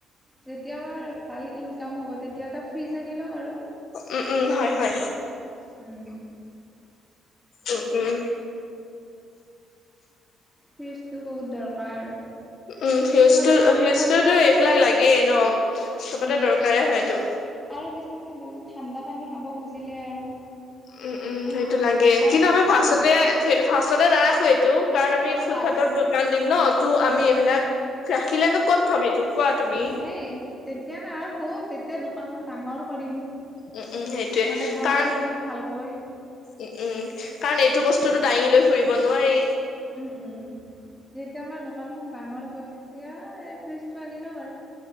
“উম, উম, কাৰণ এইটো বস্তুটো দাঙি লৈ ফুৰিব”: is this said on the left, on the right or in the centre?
Left